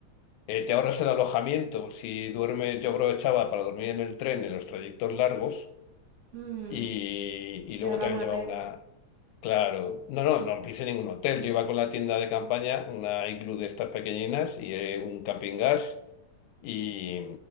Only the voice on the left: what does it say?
eh, te ahorras el alojamiento, si duermes, yo aprovechaba para dormir en el tren en los trayectos largos
y, y
luego
también
llevaba una... Claro, no, no, no pise ningún hotel. Yo iba con la tienda de campaña, una iglú de estas pequeñinas y eh, un camping gas y,